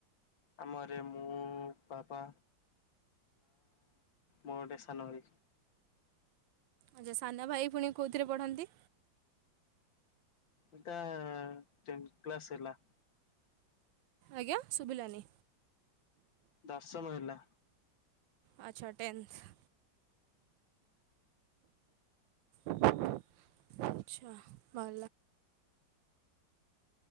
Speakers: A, on the left; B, on the right.
A: ଆମର ମୁଁ ବାପା ମରଦେଶା ନର
B: ଆ୍ଛା ସାନ ଭାଇ ପୁଣି କୋଉଥିରେ ପଢନ୍ତି
A: ଏ ଟ କ୍ଲାସ ହେଲା
B: ଆଜ୍ଞା ଶୁଭିଲଣିି
A: ଦଶମଲା
B: ଆଚ୍ଛା ଟେନ୍ଥ ଆଚଛା ମା